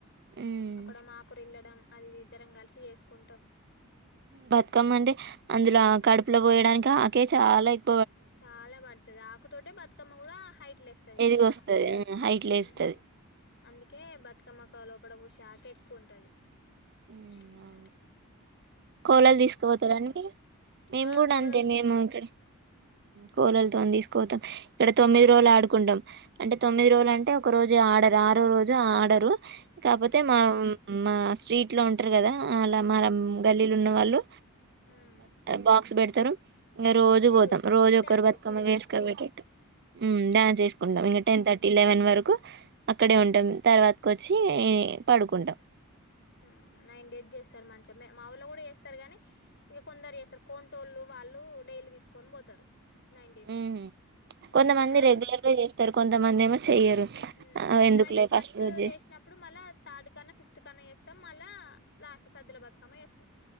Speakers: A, on the right; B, on the left.
A: ఉమ్
B: ఒకడు మాకురిల్లడం అది ఇది ఇద్దరం కలిసి చేసుకుంటం.
A: బతుకమ్మ అంటే అందులో కడుపులో పోయడానికి కక చాలైక్ <unintelligible>
B: చాలా పడుతది ఆకుతోటే బతుకమ్మ కూడా హైట్ లేస్తది కదా
A: ఎదిగొస్తది ఆ హైట్
B: ఊ
A: లేస్తది
B: అం అందుకే బతుకమ్మ లోపడ పొసే ఆకే ఎక్కువ ఉంటది
A: హ్మ్
B: అ
A: అవును. కోలలు తీసుకుపోతారండి మీరు మేము
B: ఆ
A: కూడా
B: కోలలు
A: అంతే
B: తీస్తారు
A: మేము ఇక్కడ కోలలతోని తీసుకపోతం. ఇక్కడ తొమ్మిది రోజులు ఆడుకుంటాం. అంటే తొమ్మిది రోజులు అంటే ఒక రోజు ఆడరు ఆరో రోజు ఆడరు. కాకపోతే
B: ఉమ్
A: మా మా స్ట్రీట్ లో ఉంటారు కదా అలా మర వీలు ఉన్నవాళ్ళు
B: ఉమ్
A: బాక్స్ బెడతారు ఇంగా రోజు
B: ఇగో
A: పోతాం
B: మళ్ళ
A: రోజు ఒక్కరు
B: డ్యాన్స్
A: బతుకమ్మ
B: ఎత్తారే
A: వేసుకబోయేటట్టు హ్మ్ డాన్స్
B: ఉమ్
A: ఏసుకుంటాం ఇంగ టెన్ థ టి లెవెన్ వరకు అక్కడే ఉంటాం తర్వాత కి వచ్చి పడుకుంటాం.
B: ఆ నైన్ డేస్ జేస్తారు మంచిగా మా ఊళ్ళ కూడా చేస్తారు గాని ఇంక కొందరు చేస్తారు కొంటోళ్ళు వాళ్ళు డైలీ తీసుకొని పోతారు. నైన్ డేస్
A: మ్మ్
B: ఇగ
A: కొంతమంది
B: మిగతా వాళ్ళం
A: రెగ్యులర్ గా చేస్తారు కొంతమంది ఏమో చెయ్యరు
B: హ్మ్
A: ఆహ్,
B: మేమైతే
A: ఎందుకులే
B: ఫస్ట్
A: రోజు చేసి
B: చేసినప్పుడు మళ్ళా థర్డ్ కన్నా ఫిఫ్త్ కన్నా చే మళ్ళ లాస్ట్ సద్దదుల బతుకమ్మ వేస్తాం